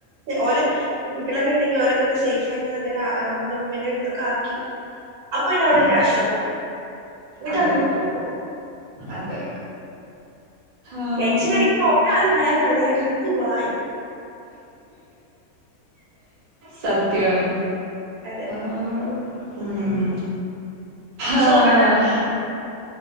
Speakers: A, on the right; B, on the right.
A: ഓല കുട്ടികളൊക്കെ ഉണ്ടെങ്കിൽ ഓലക്ക ഒന്ന് സേഫ ആ നല്ലൊര നമ്മള ഉമ്മേന്റെ അടുത്തൊക്കാക്കി അപ്പൊ ഇനി അവിടെ
B: ആഹ്
A: ഒരു ആശ്വാസം <inaudible> എന്നിട്ട്
B: അതെ
A: നമ്മൾ
B: അതെ
A: പോവ.
B: അതെ. ആം
A: ടെൻഷൻ അടിക്കുന്ന ഒരാൾണ്ടായാൽ മതിയാ ട്രിപ്പ് കൊളായി.
B: സത്യാണ്.
A: അതെ.
B: ആഹ് ഉം ആഹ്
A: സോളോ